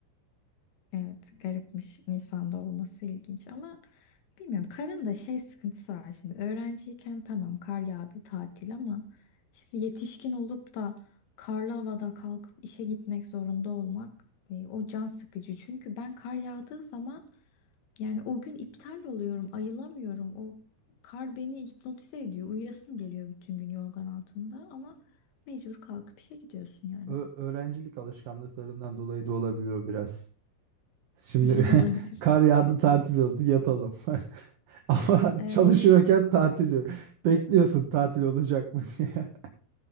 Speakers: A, on the left; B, on the right.
A: Evet, garipmiş Nisan'da olması ilginç ama bilmiyorum. Karın da şey sıkıntısı var şimdi. Öğrenciyken tamam kar yağdı tatil ama şimdi yetişkin olup da karlı havada kalkıp işe gitmek zorunda olmak e, o can sıkıcı. Çünkü ben kar yağdığı zaman yani o gün iptal oluyorum, ayılamıyorum. O kar beni hipnotize ediyor. Uyuyasım geliyor bütün gün yorgan altında ama mecbur kalkıp işe gidiyorsun yani.
B: Ö- öğrencilik alışkanlıklarından dolayı da olabiliyor biraz. Şimdi
A: <laughs> Olabilir.
B: <laughs> kar yağdı tatil oldu yatalım. <laughs> Ama
A: Evet.
B: çalışıyorken tatil yok. Bekliyorsun tatil olacak mı diye. <laughs>